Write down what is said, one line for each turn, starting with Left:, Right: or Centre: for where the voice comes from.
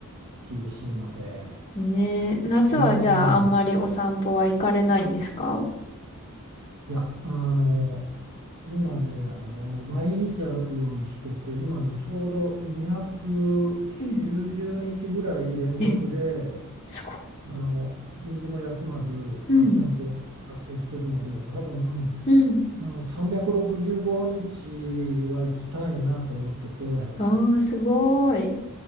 Right: 厳しいので、
Left: ねえ、夏はじゃああんまりお散歩は行かれないんですか
Right: うん、いや、あの、今ね、あの、もう毎日歩くようにしてて、今ね、ちょうど290日ぐらい連続で、
Left: うん。え、すごい。
Right: あの一日も休まず8000歩達成してるので多分、
Left: うん、うん。
Right: うん、365日は行きたいなと思っててう
Left: ああ、すごい。